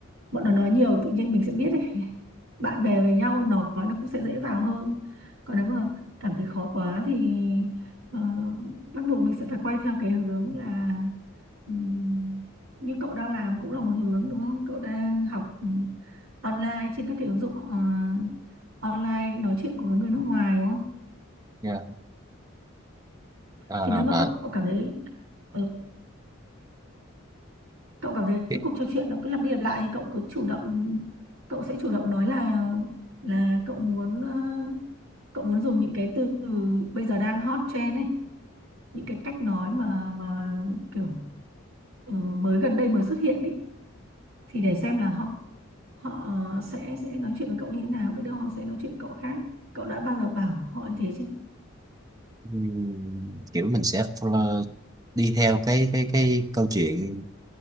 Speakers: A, on the right; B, on the right.
A: bọn nó nói nhiều tự nhiên mình sẽ biết ấy. <laughs> Bạn bè với nhau nói nó cũng sẽ dễ vào hơn còn nếu mà cảm thấy khó quá thì ờ, bắt buộc mình sẽ phải quay theo cái hướng là ừm, như cậu đang làm cũng là một hướng đúng không cậu đang học ừm, online trên các cái ứng dụng ờ, online nói chuyện cùng với người nước ngoài đúng không
B: dạ à,
A: thì nếu mà
B: mà
A: cậu cậu cảm thấy ừ, cậu cảm thấy
B: ừ.
A: cái cuộc trò chuyện nó cứ lặp đi lặp lại thì cậu cứ chủ động cậu sẽ chủ động nói là là cậu muốn ờ, cậu muốn dùng những cái từ bây giờ đang hot trend ấy những cái cách nói mà mà kiểu ừ, mới gần đây mới xuất hiện ấy thì để xem là họ họ ờ, sẽ sẽ nói chuyện với cậu như thế nào biết đâu họ sẽ nói chuyện với cậu khác cậu đã bao giờ bảo họ như thế chứ
B: Ừm, kiểu mình sẽ follow, đi theo cái cái cái câu chuyện